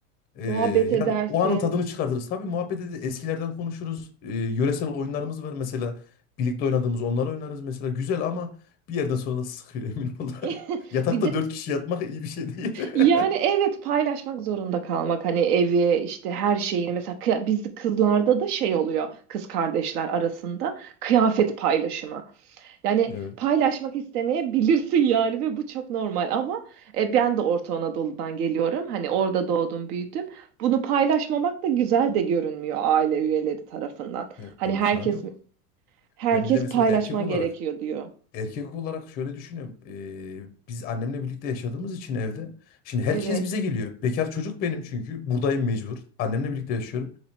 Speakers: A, on the left; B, on the right.
A: Ee,
B: Muhabbet edersin.
A: yani o anın tadını çıkartırız. Tabii muhabbet ederiz, eskilerden konuşuruz. Ee, yöresel oyunlarımız var mesela. Birlikte oynadığımız onları oynarız mesela. Güzel ama bir yerden sonra da sıkıyor emin ol.
B: <laughs>
A: <laughs> Yatakta
B: Bir de
A: dört kişi yatmak iyi bir şey değil. <laughs>
B: Yani evet paylaşmak zorunda kalmak hani evi işte her şeyini mesela kıya- biz kızlarda da şey oluyor kız kardeşler arasında kıyafet paylaşımı. Yani
A: Evet.
B: paylaşmak istemeyebilirsin yani ve bu çok normal ama e, ben de Orta Anadolu'dan geliyorum. Hani orada doğdum büyüdüm. Bunu paylaşmamak da güzel de görünmüyor aile üyeleri tarafından.
A: Ya
B: Hani
A: imkan
B: herkes
A: yok.
B: herkes
A: Ben bir de mesela
B: paylaşman
A: erkek olarak
B: gerekiyor diyor.
A: erkek olarak şöyle düşünüyorum. Ee, biz annemle birlikte yaşadığımız için evde. Şimdi herkes
B: Evet.
A: bize geliyor. Bekar çocuk benim çünkü. Buradayım mecbur. Annemle birlikte yaşıyorum.